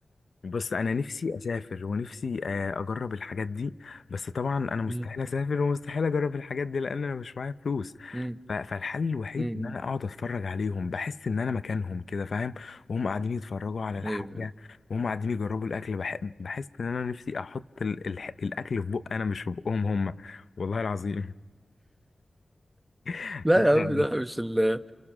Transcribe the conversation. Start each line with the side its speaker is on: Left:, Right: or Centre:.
Left: بص انا نفسي اسافر ونفسي آه، اجرب الحاجات دي بس طبعا انا مستحيل
Right: مم.
Left: اسافر ومستحيل اجرب الحاجات دي لان انا مش معايا فلوس
Right: مم.
Left: ف- فالحل الوحيد
Right: مم.
Left: ان انا اقعد اتفرج عليهم بحس ان انا مكانهم كده فاهم وهم قاعدين يتفرجوا على الحاجه
Right: ايوه
Left: وهم قاعدين يجربوا الاكل بح- بحس ان انا نفسي احط ال- الح- الاكل في بق انا مش في بقهم هم والله العظيم <laughs>
Right: لا
Left: لا
Right: يا
Left: لا
Right: عم لا
Left: بس
Right: مش ال...